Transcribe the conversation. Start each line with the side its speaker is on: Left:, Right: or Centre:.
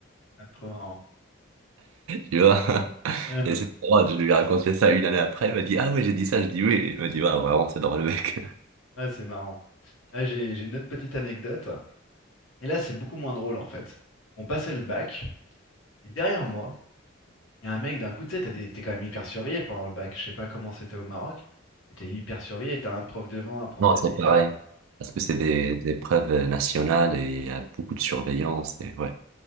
Left: ah, trop marrant.
Right: Tu vois?
Left: Ouais, non,
Right: Et c'est
Left: c'est
Right: drôle,
Left: ça.
Right: je lui ai raconté ça une année après, elle m'a dit, ah ouais, j'ai dit ça, je dis oui. Il m'a dit, ouais, vraiment, c'est drôle, mec.
Left: Ah, c'est marrant. Ah, j'ai, j'ai une autre petite anecdote. Et là, c'est beaucoup moins drôle en fait. On passait le bac, et derrière moi, Il y a un mec, d'un coup, tu sais, t'as des- t'es quand même hyper surveillé pendant le bac. Je sais pas comment c'était au Maroc, mais t'es hyper surveillé. T'as un prof devant, un prof
Right: Non,
Left: derrière.
Right: c'est pareil. Parce que c'est des, des preuves nationales et il y a beaucoup de surveillance et ouais.